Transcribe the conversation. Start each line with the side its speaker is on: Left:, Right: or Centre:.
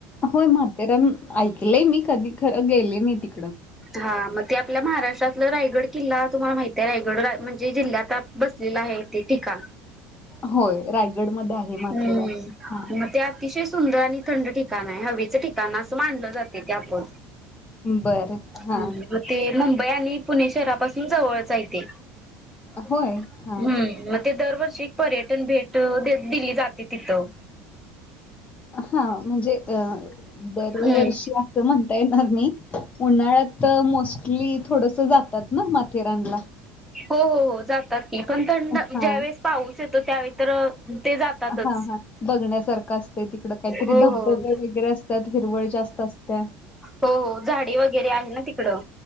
Left: होय म्हथेरान ऐकलंय मी कधी खरं गेले नाही ती ''--''
Centre: हा मग. ते आपल्या महाराष्ट्रातलं रायगड किल्ला तुम्हाला माहित आहे रायगड म्हणजे जिल्ह्या आता बसलेला आहे इथे ठीका
Left: होय रायगडमध्ये आहे, माथेरान
Centre: हम्म.
Left: हा
Centre: मग ते अतिशय सुंदर आणि थंड ठिकाण आहे हवेचं ठिकाण असं मानलं जाते ते आपण.
Left: बरं हा
Centre: हम्म. मग ते मुंबई आणि पुणे शहरापासून, जवळचय हाय ते हम्म
Left: होय हा
Centre: मग ते दरवर्षी एक पर्यटन भेट दिली जाते तिथं.
Left: हा म्हणजे अ दरवर्षी
Centre: हम्म.
Left: असं म्हणता येणार मी उन्हाळ्यात मोस्टली, थोडस जातात ना माथेरानला.
Centre: हो-हो-हो जातात की पण थंड
Left: हां,
Centre: ज्यावेेळेस पाऊस येतो, त्यावेळी तर ते जातातच.
Left: हा-हा बघण्यासारखं असत, तिकड काहीतरी
Centre: हो
Left: धबधबे
Centre: हो.
Left: वगैरे अस त्यात हिरवळ जास्त असत्या
Centre: हो-हो झाडे वगैरे आहे ना तिकडं.